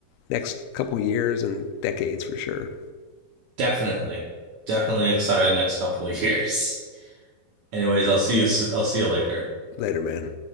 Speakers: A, on the left (about 85°); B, on the right (about 80°).
A: next couple years and decades for sure.
B: Definitely. Definitely exciting next couple of <laughs> years. Anyways, I'll see you, s- I'll see you later.
A: Later, man.